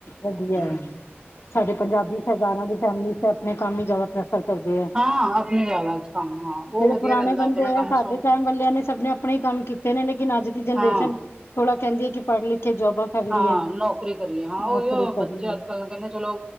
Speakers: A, on the left; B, on the right.
A: ਵਧੀਆ
B: ਹੂੰ
A: ਐ ਸਾਡੇ ਪੰਜਾਬੀ ਸਰਦਾਰਾਂ ਦੀ ਫੈਮਿਲੀ ਚ ਤਾਂ ਆਪਣੇ ਕੰਮ ਹੀ ਜ਼ਿਆਦਾ ਪਰੈ ਫਰ ਕਰਦੇ ਐ
B: ਹਾਂ ਆਪਣੇ ਜ਼ਿਆਦਾ ਕੰਮ ਹਾਂ ਉਹ
A: ਜੇਹੜੇ
B: ਵਧੀਆ
A: ਪੁਰਾਣੇ
B: ਰਹਿੰਦਾ
A: ਬੰਦੇ
B: ਆਪਣਾ
A: ਐ
B: ਕੰਮ
A: ਸਾਡੇ
B: ਸੋ
A: ਟੈਮ ਵਾਲੇਆਂ ਨੇ ਸਬ ਨੇ ਆਪਣੇ ਹੀ ਕੰਮ ਕੀਤ ਤੇ ਨੇ ਲੇਕਿਨ ਅੱਜ ਦੀ ਜਨਰੇਸ਼ਨ
B: ਹਾਂ
A: ਥੋੜਾ ਕਹਿੰਦੀ ਐ ਕਿ ਪੜ ਲਿਖ ਕੇ ਜੋਬਾਂ ਕਰ ਲਈਏ
B: ਹਾਂ ਨੌਕਰੀ ਕਰੀਏ ਹਾਂ
A: ਨੌਕਰੀ
B: ਉਹੀ ਐ
A: ਕਰ
B: ਬੱਚੇ
A: ਲਈਏ
B: ਅੱਜ-ਕੱਲ ਕਹਿੰਦੇ ਚਲੋ